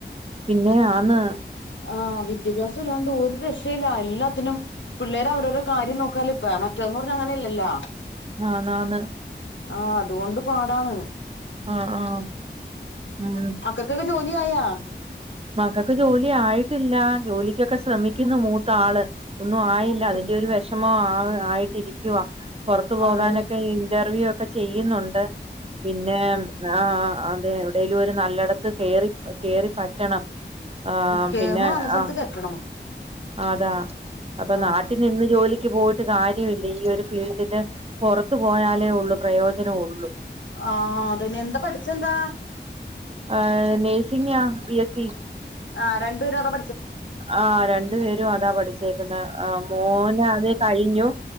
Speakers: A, on the right (about 30°); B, on the left (about 80°).
A: പിന്നെ ആന്ന്
B: ആഹ് വിദ്യാഭ്യാസം ഇല്ലാണ്ട് ഒരു രക്ഷയില്ല എല്ലാത്തിനും പിള്ളേര് അവരെ കാര്യം നോക്കാലിപ്പ മറ്റേന്നൂ പറഞ്ഞ അങ്ങനെ അല്ലല്ലാ
A: ആന്നാന്ന്
B: ആഹ് അതുകൊണ്ട് പാടാണ്
A: ആഹ് ആഹ് ഉം
B: ക്കക്കൊക്കെ ജോലി ആയാ
A: മക്കക്ക് ജോലി ആയിട്ടില്ല ജോലിക്കൊക്കെ ശ്രമിക്കുന്നു മൂത്ത ആള് ഒന്നു ആയില്ല
B: മൂത്ത
A: അതിന്റെ ഒരു വിഷമം ആഹ് ആയിട്ടിരിക്കുവാ പൊറത്തു പോകാനൊക്കെ
B: അതെല്ലേ
A: ഇന്റർവ്യൂ ഒക്കെ ചെയ്യുന്നുണ്ട് പിന്നെ ആഹ് ആഹ് അതെ എവിടേലും ഒരു നല്ലടത്ത് കേറി കേറി പറ്റണം ആഹ്
B: കേറുമ്പോ
A: പിന്നെ
B: നല്ല സ്ഥലത്ത്
A: ആഹ്
B: കെട്ടണം
A: അതാ അപ്പൊ
B: ആഹ്
A: നാട്ടിൽ നിന്ന് ജോലിക്ക് പോയി ട്ട് കാര്യമില്ല ഈ ഒരു ഫീൽഡിന്റെ പുറത്തു പോയാലേ ഉള്ളൂ പ്രയോജനം ഒള്ളൂ
B: ആഹ് അതെന്നെ എന്താ പഠിച്ചെന്താ
A: ആഹ് നഴ്‌സിങ്ങാ ബി എസ് ഇ
B: ആഹ് രണ്ട് <unintelligible>
A: ആഹ് രണ്ടു പേരും അതാ പഠിച്ചേക്കുന്ന ആഹ് മോന് അത് കഴിഞ്ഞു